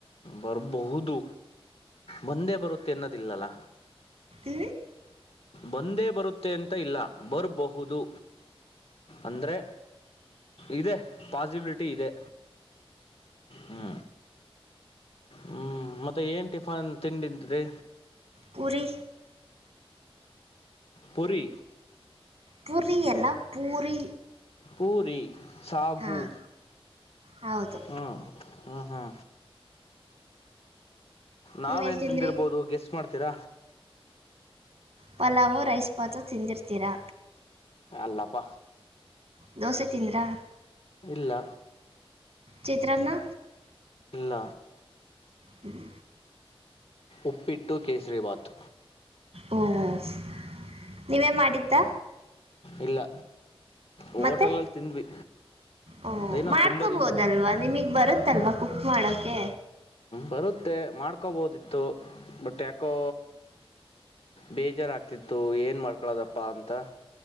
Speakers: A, on the left; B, on the right.
A: ಬರಬಹುದು ಬಂದೇ ಬರುತ್ತೆ ಅನ್ನೋದಿಲ್ಲಲ್ಲ
B: ಊ
A: ಬಂದೇ ಬರುತ್ತೆ ಅಂತ ಇಲ್ಲ ಬರಬಹುದು ಅಂದ್ರೆ ಇದೆ ಪಾಸಿಬಿಲಿಟಿ ಇದೆ ಹ್ಮ ಹ್ಮ್ ಮತ್ತೆ ಏನ್ ಟಿಫನ್ ತಿಂಡಿಂದರೆ
B: ಪೂರಿ
A: ಪುರಿ
B: ಪುರಿ ಎಲ್ಲ ಪೂರಿ
A: ಪೂರಿ ಸಾಗು
B: ಹಾಂ ಹೌದು
A: ಹ್ಮ ಹ್ಮ ಹಾ ನಾವ್
B: ನೀವೇನು
A: ಏನ್
B: ತಿಂದ್ರಿ
A: ತಂದಿರ್ಬೋದು ಗೆಸ್ ಮಾಡ್ ತಿರ
B: ಪಲಾವೋ ರೈಸ್ ಬಾತೊ ತಿಂದಿರ್ತೀರಾ
A: ಅಲ್ಲಪ
B: ದೋಸೆ ತಿಂದ್ರಾ
A: ಇಲ್ಲ
B: ಚಿತ್ರನ್ನ
A: ಇಲ್ಲ
B: ಹ್ಮ
A: ಉಪ್ಪಿಟ್ಟು ಕೇಸ್ರಿಬಾತ್
B: ಓ ಓಸ್ ನೀವೇ ಮಾಡಿದ್ದಾ
A: ಇಲ್ಲ ಹೋಟೆಲಲ್ಲಿ
B: ಮತ್ತೆ
A: ತಿಂದ್ವಿ
B: ಓ
A: ದಿನ
B: ಮಾಡ್ಕೋಬೋದಲ್ವಾ
A: ತುಂಬ ದಿನ
B: ನಿಮಗ್ ಬರುತ್ತಲ್ವಾ ಕುಕ್ ಮಾಡಕೆ
A: ಬರುತ್ತೆ ಮಾಡ್ಕೊಬೋದಿತ್ತು ಬಟ್ ಯಾಕೋ ಬೇಜಾರಾಗ್ತಿತ್ತು ಏನು ಮಾಡ್ಕೊಳೋದಪ್ಪ ಅಂತ